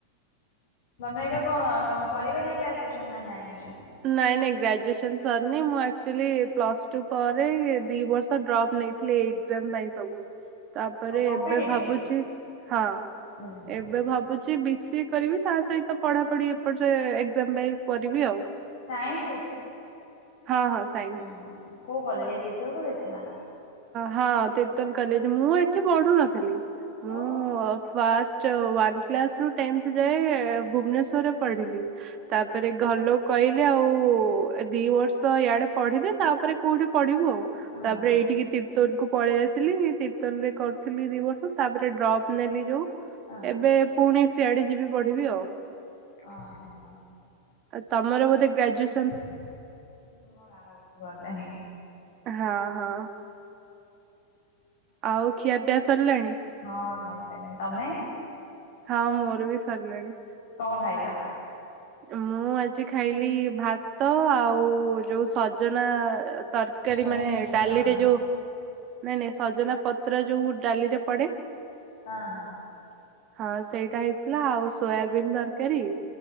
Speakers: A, on the left; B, on the right.
A: ତମେ ଏକା କଁ ତମେ ସରିଗଲାଣି ଗ୍ରାଜୁଏସନନା ନାଇଁ?
B: ନାଇଁ ନାଇଁ ଗ୍ରାଜୁଏସନ୍ ସରିନି ମୁଁ ଆକ୍ଚୁଲି ପ୍ଲସ୍ ଟୁ ପରେ ଦି ବର୍ଷ ଡ୍ରପ୍ ନେଇ ଏଗ୍ଜାମ୍ ପାଇଁ ସବୁ ତାପରେ
A: ଓ କମ୍ପିଟେଟିଭ୍
B: ଏବେ ଭାବୁଚି ହଁ।
A: ହୁଁ ହୁଁ
B: ଏବେ ଭାବୁଚି ବି ସିଏ କରିବି ତାସହିତ ପଢାପଢି ଏପଟେ ଏକ୍ଜାମ୍ କରିବି ଆଉ।
A: ସାଇନ୍ସ?
B: ହଁ ହଁ। ସାଇନ୍ସ
A: ଓହୋ କୋଉ କଲେଜ୍ ଏଇଥିତୋତ କଲେଜ୍ ଥିଲା?
B: ହଁ ତେତଲ କଲେଜ୍ ମୁଁ ଏଠି ପଢୁ ନଥିଲି ମୁଁ
A: ଓ
B: ଫାଷ୍ଟ୍ ୱନ୍ କାଲ୍ସରୁ ଟେନ୍ଥେ ଯାଏ ଭୁବନେଶ୍ୱରରେ ପଢ଼ିଲି ତାପରେ ଘରଲୋକ କହିଲେ ଆଉ ଦି ବର୍ଷ ଇଆଡ଼େ ପଢିଦେ ତାପରେ କୋଉଠି ପଢିବୁ ଆଉ
A: ହଁ
B: ତାପରେ
A: ହଁ
B: ଏ ିକି ତିର୍ତୋଲ କୁ ପଳେଇ ଆସିଲି ତିର୍ତୋଲ ରେ କରୁଥିଲି ଦି ବର୍ଷ ତାପରେ ଡ୍ରପ୍ ନେଲି ଯୋଉ
A: ହଁ
B: ଏବେ ପୁଣି ସିଆଡ଼େ ଯିବି ପଢିବି ଆଉ।
A: ଅଁ ହଁ ହଁ ହଁ।
B: ଆଉ ତମର ବୋଧେ ଗ୍ରାଜୁଏ
A: ହଁ ମୋ ଆର ବର୍ଷ ଗଲେ
B: ହଁ ହଁ। ଆଉ ଖିଆ ପିଆ ସରିଲାଣି?
A: ହଁ ଖାଇସାରିଲିଣି ତମେ?
B: ହଁ ମୋରବି ସରିଲାଣି।
A: କଁ ଖାଇଲ।
B: ମୁଁ ଆଜି ଖାଇଲି ଭାତ ଆଉଯୋଉ ସଜନା ତରକାରୀ
A: ଛୁଇଁ
B: ମାନେ ଡାଲିରେ
A: ଅହୋ
B: ଯୋଉ ନାଇଁ ନାଇଁ ସଜନା ପତ୍ର ଯୋଉ ଡାଲିରେ ପଡ଼େ
A: ହଁ ହଁ।
B: ହଁ ସେଇଟା ହେଇଥିଲା ଆଉ ସୋୟାବିନ୍ ଦରକାରୀ